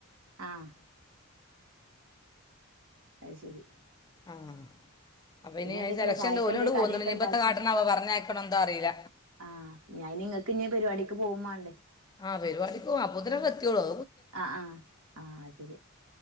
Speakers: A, on the right; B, on the left.
A: ആഹ് അയ്ശരി
B: ആഹ് അപ്പൊ ഇനി
A: എന്തൊക്കെയാ
B: അയ്ന് സെലക്ഷൻണ്ട്
A: ചായക്ക്
B: ഓല്
A: എന്ത
B: ഇങ്ടെ
A: കടിയൊക്കെ
B: പോന്നുനി
A: ഉണ്ടാക്കി
B: ഇപ്പോന്താ കാട്ടണോ ആവോ പറഞ്ഞയക്കണോ എന്തോ അറിയില
A: ആഹ് ഞാൻ നി നിങ്ങൾക്ക് ഇഞ്ഞി പരിപാടിക്ക് പോകുംമാണ്ടേ
B: ആഹ് പരിപാടിക്ക് പോവാം അപ്പതിനെങ്ങെത്തിയോളോ
A: ആഹ് ആഹ് ആ അത് ശരി